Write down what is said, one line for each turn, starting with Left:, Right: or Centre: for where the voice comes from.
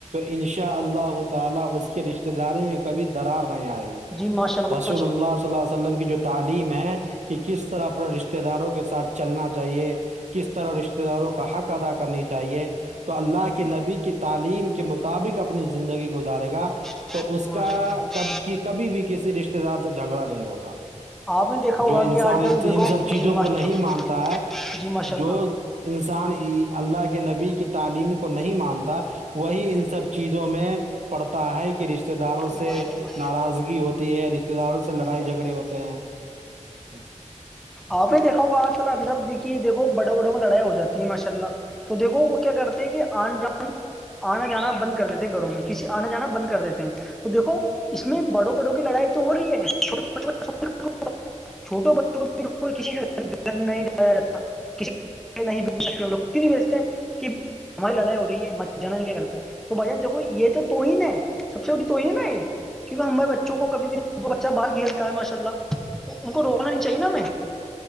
Right: انشاءاللہ تعالی اس کے رشتہ داری میں کبھی درار نہیں آئے گی
Centre: جی ماشاء اللہ بہت
Right: رسول اللہ صلہ وسلم کی جو تعلیم ہے کہ کس طرح اپنے رشتے داروں کے ساتھ چلنا چاہیے کس طرح رشتے داروں کا حق ادا کر کرنی چاہیے تو اللہ کے نبی کی تعلیم کے مطابق اپنی زندگی گزارے گا
Centre: اچھا
Right: تو
Centre: جی
Right: اس کا
Centre: ماشاء اللہ
Right: کب کبھی بھی کسی رشتے دار سے جھگڑا نہیں ہوگا
Centre: آپ نے دیکھا ہوگا
Right: جو انسان
Centre: کہ آج
Right: اس
Centre: کل دیکھو
Right: ان سب چیزوں
Centre: جی ماشاء
Right: کو نہیں
Centre: اللہ
Right: مانتا ہے
Centre: جی ماشاء اللہ
Right: جو انسان اللہ کے نبی کی تعلیم کو نہیں مانتا وہی ان سب چیزوں میں پڑتا ہے کہ کہ رشتے داروں سے
Centre: ماشاء اللہ
Right: ناراضگی ہوتی ہے رشتے داروں سے لڑائی جھگڑے ہوتے ہیں <unintelligible>
Centre: آپ بھی دیکھو ہوگا چل اب سب دیک دیکھو بڑوں بڑوں میں لڑائی ہو جاتی ہے ماشاء اللہ تو دیکو وہ کیا کرتے ہیں کہ آن جان آنا جانا بند کر دیتے ہیں گھروں میں کسی آنا جانا بند کر دیتے ہیں تو دیکھو اس میں بڑوں وں کی لڑائی تو ہو رہی ہے چے بوں چوٹوں بچوں کو کو کسی سےھر نہیں ڈ جتا کسی <inaudible> نہیں بھیچ سکتے لوگ ک نہیں بیچتے کہ <inaudible> ہماری لڑائی ہو رہی ہے جنن کے گھر پہ تو بھائی جان دیکو یہ تو ہی ن ہے سب سے اٹی تو ہی ہے ن <unintelligible> کیونکہ ہمارے بچوں کو کبھی بھی بچہ باہر کھیلتا ہے ماشاء اللہ تو ان کو روکنا نہیں چاہے نا میںیں